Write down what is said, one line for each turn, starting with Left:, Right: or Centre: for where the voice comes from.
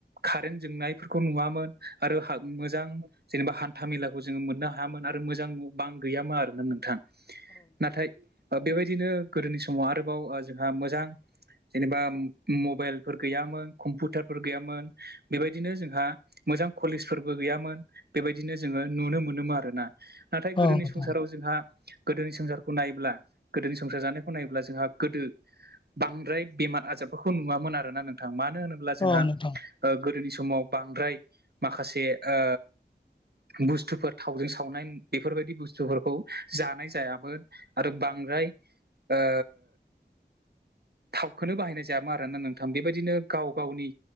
Right: कारेन्ट जोंनायफोरखौ नुवामोन आरो हाग मोजां जेनेबा हान्था मेलाखौ जोङो मोननो हायामोन आरो मोजां बां गैयामोन आरोना नोंथां नाथाय ओ बेबायदिनो गोदोनि समाव आरोबाव ओ जोंहा मोजां जेनेबा मबाइलफोर गैयामोन कम्पुटारफोर गैयामोन बेबायदिनो जोंहा मोजां कलेजफोरबो गैयामोन बेबायदिनो जोङो नुनो मोनोमोन आरोना नाथाय गोदोनि
Left: औ
Right: संसाराव
Left: नोंथां
Right: जोंहा गोदोनि संसारखौ नायोब्ला गोदोनि संसार जानायखौ नायोब्ला जोंहा गोदो बांद्राय बेमार आजारफोरखौ नुवामोन आरोना नोंथां मानो होनोब्ला जोंहा
Left: औ नोंथां औ
Right: ओ गोदोनि समाव बांद्राय माखासे ओ बुस्थुफोर थावजों सावनाय बेफोरबायदि बुस्थुफोरखौ जानाय जायामोन आरो बांद्राय ओ थावखोनो बाहायनाय जायामोन आरो ना नोंथां बेबायदिनो गाव गावनि